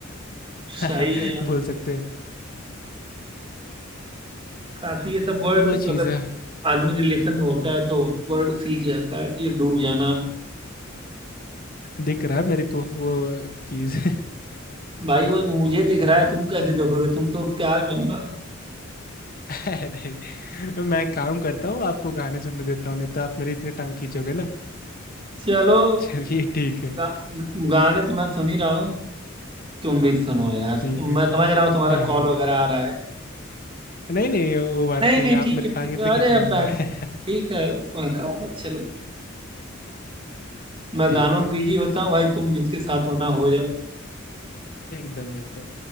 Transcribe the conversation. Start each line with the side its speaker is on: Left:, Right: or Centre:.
Left: <laughs>
Right: सही है यार
Left: बोल सकते हैं
Right: काफी ये सब वर्ड
Left: वो चीज
Right: अगर
Left: है
Right: आदमी रिलेशन में होता है तो वर्ड सीख जाता है ये डूब जाना
Left: दिख रहा है मेरे को वो चीज
Right: भाई वो मुझे दिख रहा है तुम कैसे देखोगे तुम तो प्यार में हो ना
Left: <laughs> अरे मैं काम करता हूँ आपको गाने सुनने देता हूँ नहीं तो आप मेरी इतनी टांग खींचोगे ना
Right: चलो
Left: <laughs> चलिए ठीक है
Right: गा, गाने तो मैं सुन ही रहा हूँ तुम भी सुनो यार तुम
Left: ठीक है
Right: मैं समझ रहा हूँ तुम्हारा
Left: हाँ हाँ
Right: कॉल वगैरह आ रहा है
Left: नहीं नहीं वो बात
Right: नहीं
Left: नहीं
Right: नहीं
Left: आप
Right: ठीक
Left: मेरी
Right: है ठीक
Left: टांग इतने
Right: है
Left: खींचने
Right: अरे अब
Left: वाले
Right: बैक
Left: नहीं।
Right: ठीक है मैं कहूँगा चलो
Left: <laughs>
Right: मैं
Left: ठीक
Right: गानों में
Left: है
Right: बिजी होता हूँ भाई तुम जिसके साथ होना हो जाओ
Left: एकदम एकदम